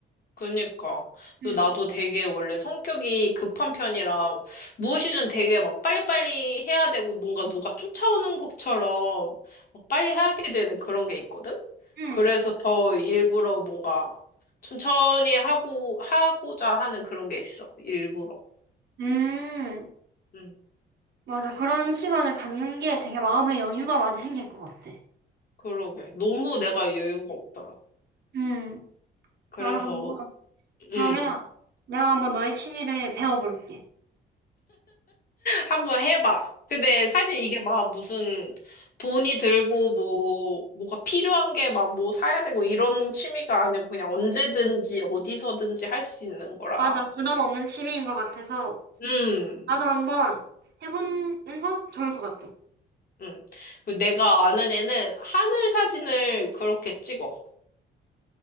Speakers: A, on the left; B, on the right.
A: 그니까. 그리고
B: 응,
A: 나도 되게 원래 성격이 급한 편이라 무엇이든 되게 막 빨리빨리 해야 되고 뭔가 누가 쫓아오는 것처럼 막 빨리 하게 되는 그런 게 있거든?
B: 응,
A: 그래서 더 일부러 뭔가 천천히 하고, 하고자 하는 그런 게 있어. 일부러.
B: 음,
A: 응,
B: 맞아. 그런 시간을 갖는 게 되게 마음의 여유가 많이 생길 것 같아.
A: 그러게. 너무 내가 여유가 없더라고.
B: 응,
A: 그래서,
B: 나도 한번, 그러면
A: 응.
B: 내가 한번 너의 취미를 배워볼게.
A: 한 번 해봐. 근데 사실 이게 막 무슨 돈이 들고 뭐, 뭐가 필요한 게 막 뭐 사야 되고 이런 취미가 아니고 그냥 언제든지 어디서든지 할 수 있는 거라.
B: 맞아. 부담 없는 취미인 것 같아서
A: 음,
B: 나도 한번 해보는 거 좋을 것 같아.
A: 음. 그 내가 아는 애는 하늘 사진을 그렇게 찍어.